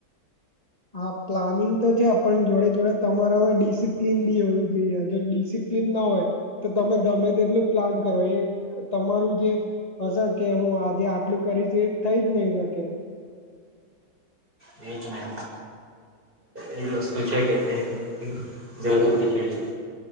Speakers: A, on the left; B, on the right.
A: હા પ્લાનિંગ તો છે પણ જોડે જોડે તમારામાં ડિસિપ્લિન બી હોવી જોઈએ જો ડિસી ના હોય તો તમે ગમે તેટલું પ્લાન કરો એ તમારું જે હશે કે હું આજે આટલું કરીશ એ થઈ જ નહી શકે.
B: એજ ને. એ વસ્તુ છે કે <unintelligible> જરૂરી થી જાણી લેવાનું.